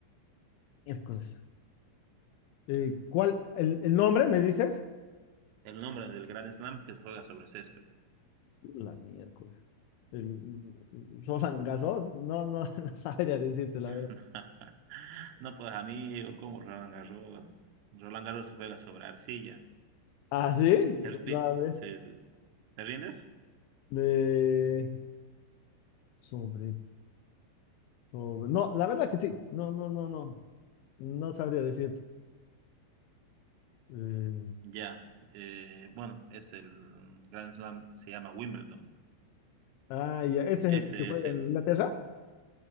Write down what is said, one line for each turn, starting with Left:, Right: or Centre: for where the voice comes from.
Left: miércoles. Eh, ¿cuál, el, el nombre, me dices?
Right: El nombre del Grand Slam que se juega sobre césped.
Left: La miércoles. El Roland Garros, no, no, <laughs> no sabría decirte la verdad.
Right: <laughs> No, pues amigo, como Roland Garros. Roland Garros se juega sobre arcilla.
Left: Ah, sí,
Right: ¿Te, rin-
Left: No, a ver.
Right: sí, sí. ¿Te rindes?
Left: eh, sobre, sobre. No, la verdad que sí. No, no, no, no. No sabría decirte. Eh,
Right: Ya, eh, bueno, es el Grand Slam, se llama Wimbledon.
Left: ah, ya, ese
Right: Ese
Left: es el que se juega
Right: es el,
Left: en Inglaterra.